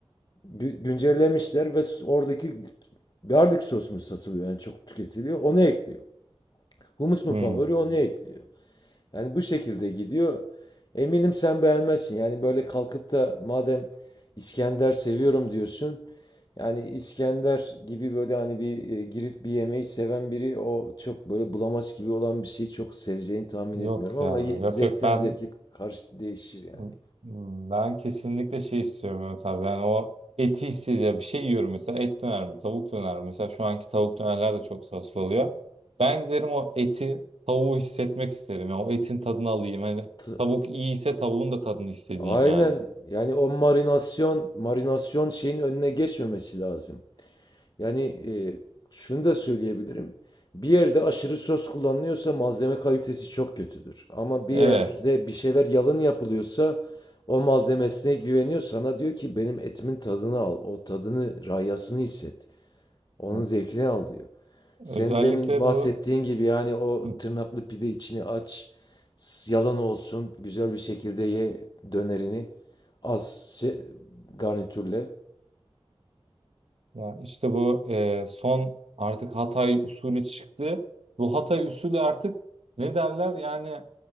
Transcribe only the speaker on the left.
gü- güncellemişler ve oradaki garlic sos mu satılıyor yani çok tüketiliyor. Onu ekliyor. Humus mu
favori onu ekliyor. Yani bu şekilde gidiyor. Eminim sen beğenmezsin. Yani böyle kalkıp da madem İskender seviyorum diyorsun. Yani İskender gibi böyle hani bir e, girip bir yemeği seven biri o çok böyle bulamaz gibi olan bir şeyi çok seveceğini tahmin etmiyorum
ama
ye-
zevkten
zevke karşı değişir yani.
T-
Aynen
yani o marinasyon marinasyon şeyin önüne geçmemesi lazım. Yani e, şunu da söyleyebilirim. Bir yerde aşırı söz kullanılıyorsa malzeme kalitesi çok kötüdür. Ama bir
yerde bir şeyler yalın yapılıyorsa o malzemesine güveniyor. Sana diyor ki benim etimin tadını al. O tadını, rayasını hisset. Onun
zevkini al diyor. Senin
demin bahsettiğin
gibi yani o
tırnaklı pide içini aç. Yalan olsun. Güzel bir şekilde ye dönerini. Az se- garnitürle.